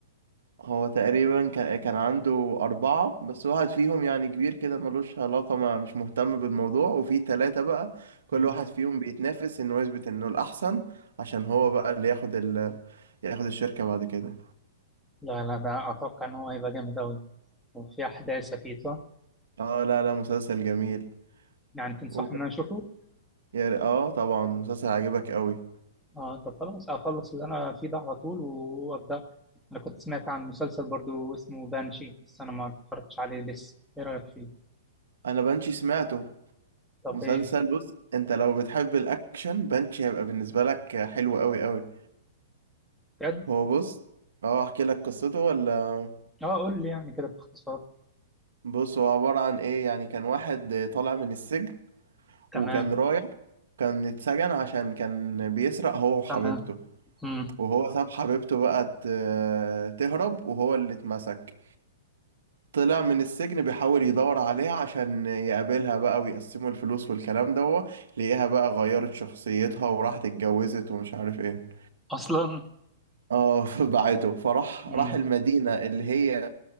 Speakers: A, on the right; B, in the centre.
A: هو تقريبا كا- كان عنده أربعة بس واحد فيهم يعني كبير كده ملوش علاقة ما مش مهتم بالموضوع وفي تلاتة بقى كل
B: مم.
A: واحد فيهم بيتنافس إنه يثبت إنه الأحسن عشان هو بقى اللي ياخد ال ياخد الشركة بعد كده
B: لا لا ده أتوقع إن هو هيبقى جامد أوي وفي أحداث أكيد صح؟
A: اه لا لا مسلسل جميل
B: يعني تنصحني
A: وك...
B: إن أنا أشوفه؟
A: يا ر- اه طبعا مسلسل عجبك قوي
B: آه طب خلاص أخلص اللي أنا فيه ده على طول وأبدأ أنا كنت سمعت عن مسلسل برضو اسمه بانشي بس أنا ما اتفرجتش عليه لسه إيه رأيك فيه؟
A: أنا بنشي سمعته
B: طب
A: مسلسل
B: إيه؟
A: بص أنت لو بتحب الأكشن بنشي هيبقى بالنسبة لك حلو قوي قوي
B: بجد؟
A: هو بص اه أحكي لك قصته ولا
B: آه قول لي يعني كده باختصار
A: بص هو عبارة عن ايه يعني كان واحد طالع من السجن
B: تمام
A: وكان رايح كان اتسجن عشان كان بيسرق هو وحبيبته
B: تمام امم
A: وهو ساب حبيبته بقى ت- تهرب وهو اللي اتمسك طلع من السجن بيحاول يدور عليها عشان يقابلها بقى ويقسموا الفلوس والكلام ده لقيها بقى غيرت شخصيتها وراحت اتجوزت ومش عارف ايه
B: اصلا
A: اه <laughs> بعته فراح راح
B: امم
A: المدينة اللي هي